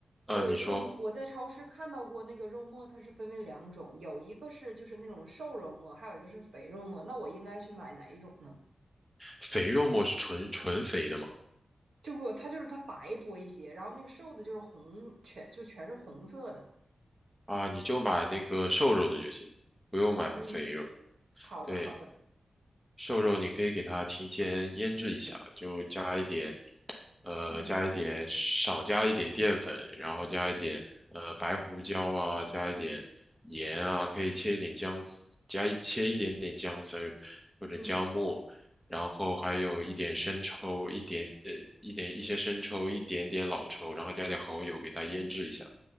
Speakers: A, in the centre; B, on the right (about 75°).
A: 啊、
B: 我有一个问题，
A: 你说
B: 我在超市看到过那个肉末，它是分为两种，有一个是就是那种瘦肉末，还有一个是肥肉末。那我应该去买哪一种呢？
A: 肥肉末是纯纯肥的吗？
B: 就不，它就是它白多一些，然后那个瘦的就是红，全就全是红色的。
A: 啊，你就买那个瘦肉的就行，不用买肥肉。
B: 嗯，好的，
A: 对，
B: 好的，
A: 瘦肉你可以给它提前腌制一下，就加一点，呃，
B: 嗯
A: 加一点，少加一点淀粉，然后加一点呃白胡椒啊，加一点盐啊，可以切一点姜丝，加一切一点点姜丝儿或者姜末，
B: 嗯
A: 然后还有一点生抽，一点呃一点一些生抽，一点点老抽，然后加点蚝油给它腌制一下。